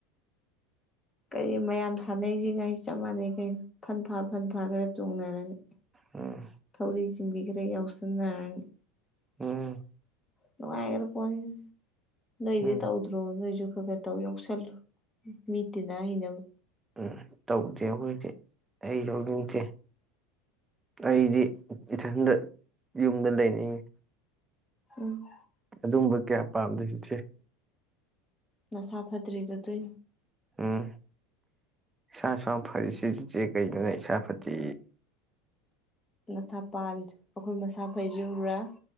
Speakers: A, on the left; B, on the right.
A: ꯀꯔꯤ ꯃꯌꯥꯝ ꯁꯥꯟꯅꯩꯁꯤ ꯉꯥꯏꯁꯤ ꯆꯞ ꯃꯥꯟꯅꯩ ꯀꯩꯅꯣ ꯐꯟ ꯐꯥ ꯐꯟ ꯐꯥ ꯈꯔ ꯆꯣꯡꯅꯔꯅꯤ
B: ꯎꯝ
A: ꯊꯧꯔꯤꯁꯤ ꯇꯕꯤꯒ꯭ꯔꯎꯁꯗꯅꯤ
B: ꯎꯝ
A: ꯅꯨꯡꯉꯥꯏꯔꯄꯅꯤ ꯅꯣꯏꯗꯤꯦ
B: ꯎꯝ
A: ꯇꯧꯗ꯭ꯔꯣ ꯅꯣꯏꯖ ꯐꯒꯗꯧ ꯌꯥꯎꯁꯜꯂꯨ ꯃꯤ ꯇꯤꯟꯅꯥ ꯍꯅꯕ
B: ꯎꯝ ꯇꯧꯗꯦ ꯍꯧꯈꯖꯤꯛꯇꯤ ꯑꯩ ꯌꯥꯎꯅꯤꯡꯗꯦ ꯑꯩꯗꯤ ꯏꯊꯟꯗ ꯌꯨꯝꯗ ꯂꯩꯅꯤꯡꯉꯤ
A: ꯎꯝ
B: ꯑꯗꯨꯝꯕ ꯀꯌꯥ ꯄꯥꯝꯗꯣꯏ ꯏꯁꯦ
A: ꯅ ꯁꯥ ꯐꯇꯔꯤꯗꯨ ꯇꯏ
B: ꯎꯝ ꯏꯁꯥꯁꯨ ꯌꯥꯝ ꯐꯩ ꯁꯤꯆꯦ ꯀꯩꯅꯣꯅꯦ ꯏꯁꯥ ꯐꯠꯇꯦ
A: ꯃꯁꯥ ꯄꯥꯜꯂꯤꯗ ꯑꯩꯈꯣꯏ ꯃꯁꯥ ꯐꯩꯖꯨꯔꯦ